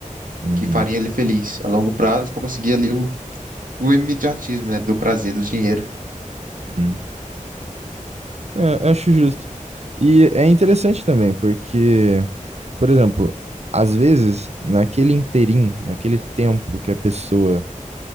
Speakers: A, on the right (about 50°); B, on the right (about 85°).
A: uhum,
B: que faria ele feliz a longo prazo pra conseguir ali o O imediatismo, né? Do prazer, do dinheiro.
A: uhum. É, acho justo. E é interessante também, porque Por exemplo, às vezes, naquele interim, naquele tempo que a pessoa